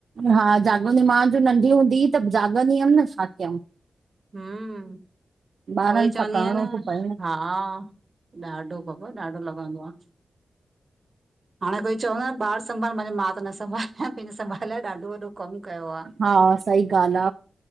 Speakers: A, on the right (about 55°); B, on the right (about 35°).
A: हा जाॻंदी मां मुंहिंज जो नंढी हूंदी त जाॻंदी हुअमि न छा कयूं।
B: हूं
A: ॿारनि
B: उई चवंदी
A: सां करिणो
B: आयां न
A: थो पए न
B: हा। हा, ॾाढो बाबा ॾाढो लॻंदो आ। हाणे कोई चवंदो न ॿार संभाल मां चयो मां त न संभालां पंहिंजे संभाल लाइ ॾाढो वॾो कम कयो। आ
A: हा सही ॻाल्ह